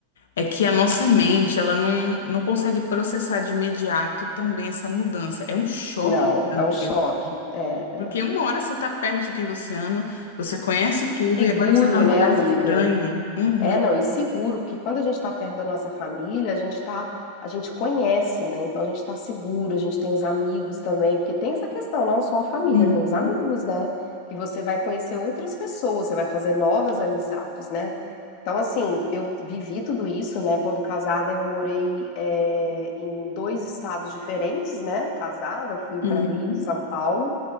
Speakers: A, on the left; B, on the left.
A: é que a nossa mente, ela não, não consegue processar de imediato tão bem essa mudança. É um choque
B: Não,
A: gigantesco.
B: é um choque. É,
A: Porque
B: é.
A: uma hora você tá perto de quem você ama, você conhece tudo
B: Seguro,
A: e agora você tá num
B: né,
A: lugar
B: amiga?
A: estranho. Uhum,
B: É, não, e seguro, porque quando a gente está perto da nossa família, a gente tá, a gente conhece, né? Então a gente está seguro, a gente tem os amigos também, porque tem essa questão, não só a família,
A: uhum,
B: tem os amigos, né? Que você vai conhecer outras pessoas, você vai fazer novas amizades, né? Então, assim, eu vivi tudo isso, né? Quando casada, eu morei, é, em dois estados diferentes, né? Casada, fui
A: uhum.
B: para Rio e São Paulo.